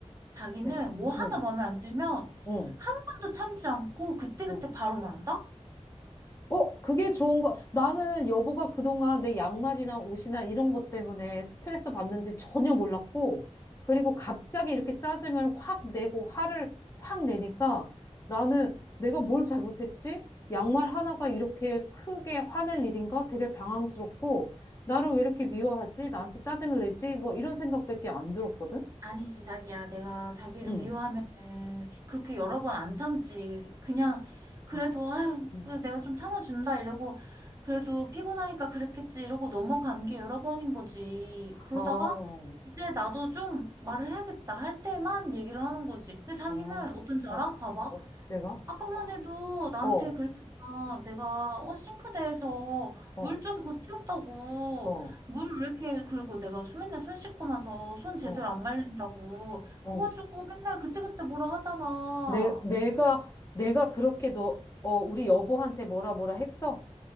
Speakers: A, on the right; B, on the left.
A: 자기는
B: 내가?
A: 뭐 하나
B: 응,
A: 마음에 안 들면
B: 응,
A: 한 번도 참지 않고 그때그때
B: 어.
A: 바로 말한다?
B: 어, 그게 좋은 거. 나는 여보가 그동안 내 양말이나 옷이나 이런 것 때문에 스트레스 받는지 전혀 몰랐고, 그리고 갑자기 이렇게 짜증을 확 내고 화를 확 내니까 나는 내가 뭘 잘못했지? 양말 하나가 이렇게 크게 화낼 일인가? 되게 당황스럽고, 나를 왜 이렇게 미워하지? 나한테 짜증을 내지? 뭐 이런 생각밖에 안 들었거든?
A: 아니지, 자기야. 내가 자기를
B: 응.
A: 미워하면은 그렇게 여러 번 안 참지. 그냥 그래도
B: 아,
A: 아유,
B: 음.
A: 그래도 내가 좀 참아준다 이러고 그래도 피곤하니까 그랬겠지 이러고 넘어간 게 여러 번인 거지. 그러다가
B: 아, 어,
A: 이제 나도 좀 말을 해야겠다 할 때만 얘기를 하는 거지. 근데 자기는
B: 아,
A: 어떤지
B: 어,
A: 알아? 봐봐.
B: 어, 내가?
A: 아까만 해도 나한테
B: 어,
A: 그랬잖아. 내가 어 싱크대에서
B: 어,
A: 물 좀 고쳤다고.
B: 어,
A: 물 왜 이렇게 그리고 내가 손- 맨날 손 씻고 나서 손 제대로
B: 어.
A: 안 말린다고.
B: 어.
A: 그거 가지고 맨날 그때그때 뭐라 하잖아.
B: 내, 내가, 내가 그렇게 너, 어, 우리 여보한테 뭐라 뭐라 했어?